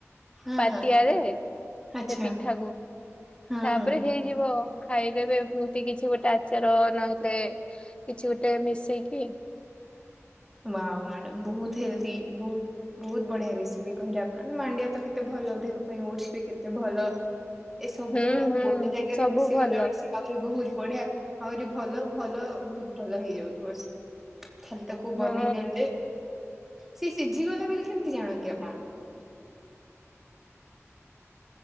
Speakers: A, in the centre; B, on the left.
A: ହଁ
B: ପାତିଆ
A: ହଁ
B: ରେ
A: ଆଚ୍ଛା
B: ସେ ପିଠାକୁ
A: ହଁ
B: ତା
A: ହଁ
B: ଉପରେ ହେଇଯିବଉ। ଖାଇଦେବେ ଏମିତି କିଛି ଗୋଟେ ଆଚାର ନହେଲେ କିଛି ଗୋଟେ ମିଶେଇକି।
A: ହ ମ୍ୟାଡ ବହୁତ ହେଲଦି ବହୁ ବହୁତ ବଢିଆ ରେସିପି କହିଲେ ଆପଣ ମାଣ୍ଡିଆ ତ କେତେ ଭଲ ଦେହ ପାଇଁ ଓଡସ ବି କେତେ ଭଲ। ଏ ସବୁ
B: ହୁଁ
A: ଗୁଡାକୁ
B: ହୁଁ
A: ଗୋଟେ ଜାଗରେ
B: ସବୁ
A: ମିଶି
B: ଭଲ
A: ଗଲା ବଳେ ସ ଆହୁରି ବହୁତ। ବଢିଆ ଆଉରିରି ଭଲ ଭଲ ବହୁତ ଭଲ ହେଇଯାଉଥିବ ସେ ଖାଲି। କୁ ବନେଇ
B: ହଁ
A: ଦି ସେି ସିଝିଗଲା ବୋଲି କେମିତି ଜାଣନ୍ତି ଆପଣ।